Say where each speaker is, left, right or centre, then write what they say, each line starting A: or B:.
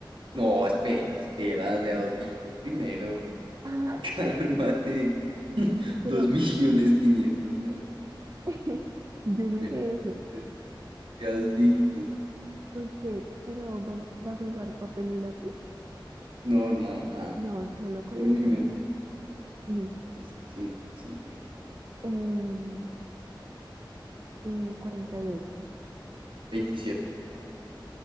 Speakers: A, on the right; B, on the right.
A: No, espera, espera, de a dos dígitos primero.
B: Ah,
A: <laughs> Cálmate.
B: <laughs>
A: <laughs>
B: pero
A: Dos millones quinientos, no.
B: <laughs> yo
A: Espera,
B: no dije eso.
A: de, de a dos dígitos.
B: Ok, pero vam- ¿vas a usar papel y lápiz?
A: No, nada, nada.
B: No, solo con
A: Solo
B: la
A: mi
B: cabeza.
A: mente.
B: Listo.
A: Listo, sí, sí, tranquilo.
B: Em, eh, cuarenta y ocho
A: 27.